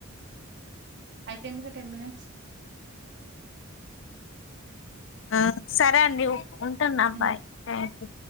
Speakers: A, on the right (about 55°); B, on the left (about 60°).
A: అయిపో ఎందుక టెన్ మినిట్స్
B: ఆ సరే అండీ ఉంటున్న
A: ఉమ్
B: బాయ్ థ్యాంక్ యూ